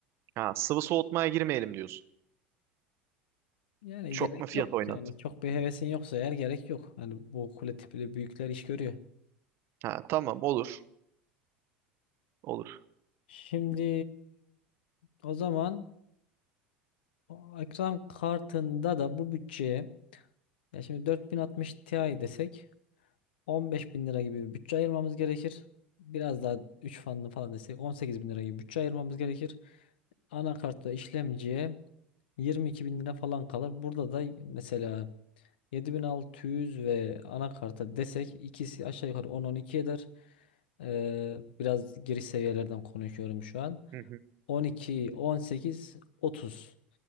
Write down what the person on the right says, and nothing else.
Ha sıvı soğutmaya girmeyelim diyorsun.
Çok
mu fiyat
oynat?
Ha tamam olur. Olur.
<laughs>